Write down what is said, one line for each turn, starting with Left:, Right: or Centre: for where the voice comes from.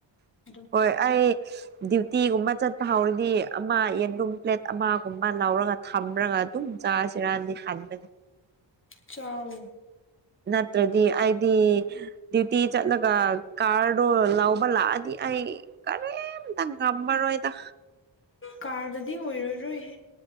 Left: ꯑꯗꯨꯝ
Right: ꯍꯣꯏ ꯑꯩ ꯗ꯭ꯌꯨꯇꯤꯒꯨꯝꯕ ꯆꯠꯄ ꯍꯧꯔꯗꯤ ꯑꯃ ꯌꯦꯟꯗꯨꯝ ꯄ꯭ꯂꯦꯠ ꯑꯃꯒꯨꯝꯕ ꯂꯧꯔꯒ ꯊꯝꯔꯒ ꯑꯗꯨꯝ ꯆꯥꯁꯤꯔꯅꯗꯤ ꯈꯟꯕꯅꯤ
Left: ꯆꯥꯎ
Right: ꯅꯠꯇ꯭ꯔꯗꯤ ꯑꯩꯗꯤ ꯗ꯭ꯌꯨꯇꯤ ꯆꯠꯂꯒ ꯀꯥꯔꯗꯣ ꯂꯧꯕ ꯂꯥꯛꯑꯗꯤ ꯑꯩ ꯀꯔꯤꯝꯇ ꯉꯝꯃꯔꯣꯏꯗ
Left: ꯀꯥꯔꯗꯗꯤ ꯑꯣꯏꯔꯔꯣꯏꯍꯦ